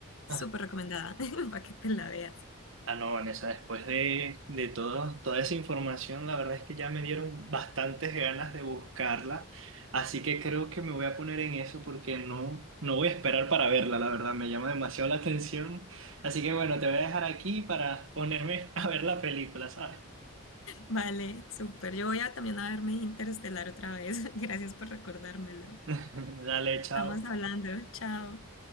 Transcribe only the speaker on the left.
súper
recomendada <laughs> para que te la veas.
Vale, súper. Yo voy a también a verme Interestelar otra vez. <laughs> Gracias por recordármelo.
Estamos hablando. Chao.